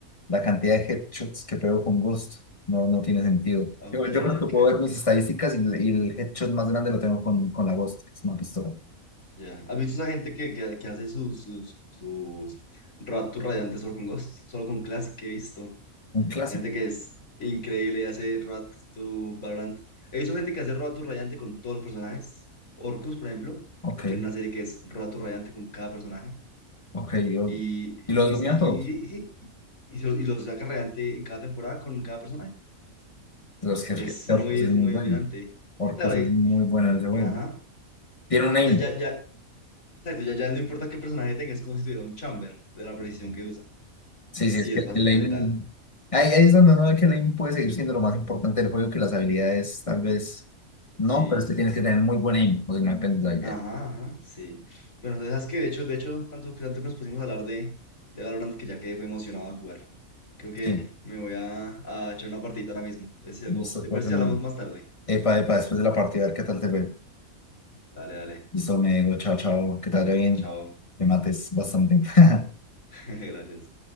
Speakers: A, on the left; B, on the left.
A: La cantidad de headshots que pego con Ghost no, no tiene sentido.
B: Ok,
A: Yo, yo creo que
B: ok.
A: puedo ver mis estadísticas y, le- y el headshot más grande lo tengo con, con la Ghost, que es una pistola.
B: Ya. ¿Has visto esa gente que, que, que hace sus, sus, sus rap to radiantes solo con Ghost? Solo con Classic que he visto.
A: Un clásico.
B: Gente que es increíble y hace rap to Valorant. He visto gente que hace rap to radiante con todos los personajes. Orcus, por ejemplo,
A: Ok,
B: tiene una serie que es rap to radiante con cada personaje.
A: ok. yo-
B: Y,
A: Y
B: y,
A: los domina
B: y, y,
A: todos.
B: y, y- y- sí, y lo, y lo saca radiante en cada temporada con cada personaje.
A: Los que
B: Es
A: que
B: muy,
A: Orcus es
B: es
A: muy
B: muy
A: bueno.
B: dominante.
A: Orcus
B: Claro,
A: es
B: y-
A: muy bueno en ese juego.
B: ajá.
A: Tiene un aim.
B: Ya, ya, ya. Exacto, ya, ya no importa qué personaje tenga, es como si tuviera un chamber de la precisión que usa.
A: Sí,
B: Entonces
A: sí, es
B: sí,
A: que
B: es bastante
A: el aiming...
B: letal.
A: Ahí, ahí es donde uno ve que el aiming puede seguir siendo lo más importante del juego, que las habilidades tal vez no,
B: Sí.
A: pero usted tiene que tener muy buen aim, o si no depende de la habilidad.
B: Ajá, ajá, sí. Bueno, sabes que de hecho, de hecho, tanto, que- tanto que nos pusimos a hablar de, de Valorant que ya quedé fue emocionado de jugar. Creo que
A: Sí,
B: me voy a, a echar una partidita ahora mismo. Entonces, si algo,
A: listo,
B: ¿te
A: pues,
B: parece si
A: bueno.
B: hablamos más tarde?
A: Epa, epa, después de la partida, a ver qué tal te fue.
B: Dale, dale.
A: Listo, me digo, chao, chao, que te vaya bien,
B: Chao.
A: me mates bastante. <laughs>
B: <laughs> Gracias.